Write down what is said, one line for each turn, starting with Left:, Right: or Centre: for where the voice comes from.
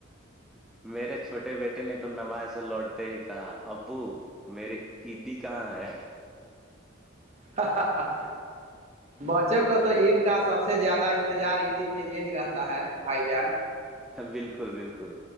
Centre: میرے چھوٹے بیٹے نے تو نماز سے لوٹتے ہی کہا ابو میرے عیدی کہاں ہے
Right: ہاں بچوں کو تو عید کا سب سے زیادہ انتظار عیدی کے لیے ہی رہتا ہے بھائی جان
Centre: بالکل بالکل